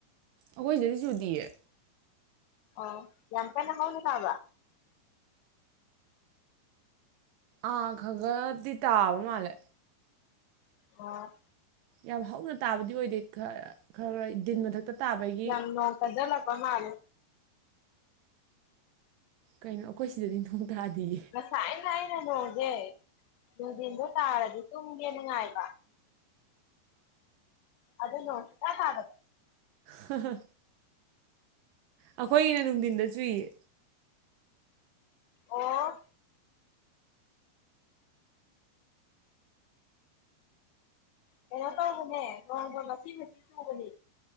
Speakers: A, on the right; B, on the left.
A: ꯑꯩꯈꯣꯏ ꯁꯤꯗꯗꯤ ꯆꯨꯗꯤꯌꯦ
B: ꯑꯣ ꯌꯥꯝ ꯀꯟꯅ ꯍꯧꯅ ꯇꯥꯕ꯭ꯔ
A: ꯑꯥ ꯈꯒꯗꯤ ꯇꯥꯥꯕ ꯃꯥꯜꯂꯦ
B: ꯑꯣ
A: ꯌꯥꯝ ꯍꯧꯅ ꯇꯥꯕꯗꯤ ꯑꯣꯏꯗꯦ ꯈ ꯈꯔ ꯈꯔ ꯗꯤꯟ ꯃꯊꯛꯇ ꯇꯥꯕꯒꯤ
B: ꯌꯥꯝ ꯅꯣꯡ ꯀꯟꯖꯜꯂꯛꯄ ꯃꯥꯜꯂꯤ
A: ꯀꯩꯅꯣ ꯑꯩꯈꯣꯏ ꯁꯤꯗꯗꯤ ꯅꯣꯡ ꯇꯥꯗꯤꯌꯦ
B: ꯉꯁꯥꯏ ꯑꯩꯅ ꯅꯣꯡꯁꯦ ꯅꯨꯡꯗꯤꯟꯗꯣ ꯇꯥꯔꯗꯤ ꯇꯨꯝꯒꯦꯅ ꯉꯥꯏꯕ ꯑꯗꯨ ꯅꯣꯡ ꯁꯨꯡꯇꯥ ꯇꯥꯗꯕ
A: ꯍ ꯍ ꯑꯩꯈꯣꯏꯒꯤꯅ ꯅꯨꯡꯊꯤꯟꯗ ꯆꯨꯏꯌꯦ
B: ꯑꯣ ꯀꯩꯅꯣ ꯇꯧꯕꯅꯦ ꯅꯣꯡꯗꯣ ꯃꯆꯤ ꯃꯆꯤ ꯆꯨꯕꯅꯤ